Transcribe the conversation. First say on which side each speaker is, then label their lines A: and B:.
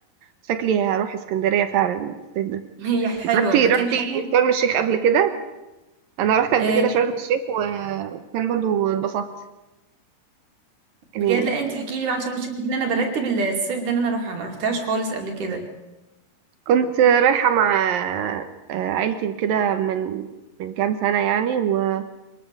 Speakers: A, on the right (about 70°); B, on the right (about 55°).
A: شكلي هروح اسكندرية فعلا الصيف ده
B: <laughs> هي حلوه
A: جربتي
B: مكان
A: رحتي
B: حلو
A: شرم الشيخ قبل كده انا رحت قبل
B: آه،
A: كده شرم الشيخ و- وكان برضو اتبسطت يعني
B: بجد لا انت احكي لي بقى عشان مش ان انا برتب الصيف ده ان انا اروحها ما روحتهاش خالص قبل كده
A: كنت رايحة مع آه، عيلتي وكده من من كام سنة يعني وكانت